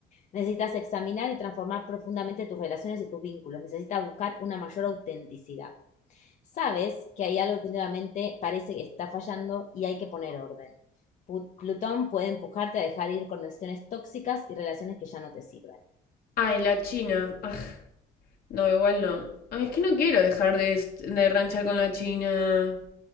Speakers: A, on the left; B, on the left.
A: Necesitas examinar y transformar profundamente tus relaciones y tus vínculos. Necesitas buscar una mayor autenticidad. Sabes que hay algo que últimamente parece que está fallando y hay que poner orden. Pu- Plutón puede empujarte a dejar ir conexiones tóxicas y relaciones que ya no te sirven.
B: Ay, la China. Aj, no, igual no. Ay, es que no quiero dejar de, est- de ranchar con la China.